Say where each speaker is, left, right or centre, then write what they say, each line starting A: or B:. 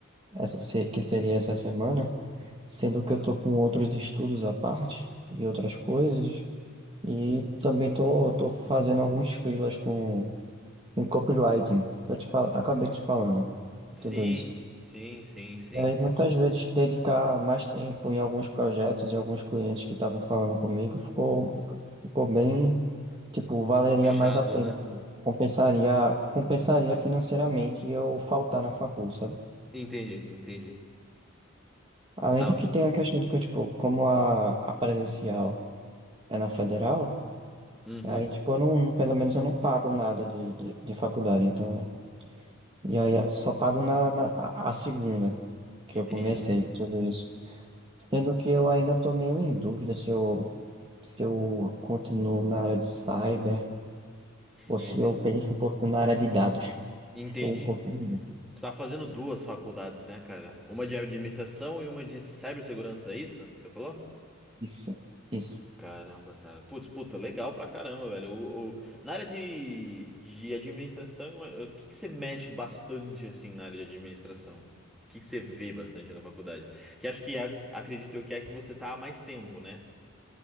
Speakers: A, on the right; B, in the centre.
A: essa se- que seria essa semana, sendo que eu estou com outros estudos à parte e outras coisas, e também estou tô, tô fazendo alguns freelas com, com copywriting, que eu te fal- acabei te falando de
B: Sim,
A: tudo isso.
B: sim, sim, sim.
A: E aí, muitas vezes, dedicar mais tempo em alguns projetos e alguns clientes que estavam falando comigo ficou, ficou bem. Tipo, valeria
B: Puxado,
A: mais a pena,
B: né?
A: tipo, compensaria, compensaria financeiramente eu faltar na facul, sabe?
B: Entendi, entendi.
A: Além
B: Nossa.
A: de que tem a questão de que, tipo, como a, a presencial é na federal,
B: Uhum,
A: aí, tipo, eu não, não- pelo menos eu não pago nada de, de, de faculdade, então, e aí eu só pago na, na a a segunda que
B: entendi.
A: eu comecei tudo isso. Sendo que eu ainda tô meio em dúvida se eu, se eu continuo na área de cyber ou
B: Ente-
A: se eu penso um pouco na área de dados,
B: Entendi.
A: estou um pouquinho em dúvida.
B: Você tá fazendo duas faculdades, né, cara? Uma de administração e uma de cibersegurança, é isso que você falou?
A: Isso, isso.
B: Caramba, cara. Putz, puta, legal pra caramba, velho. O, o- Na área de, de administração, ima- o que que você mexe bastante, assim, na área de administração? O que que você vê bastante na faculdade? Que acho que, é a- acredito eu, que é a que você tá há mais tempo, né?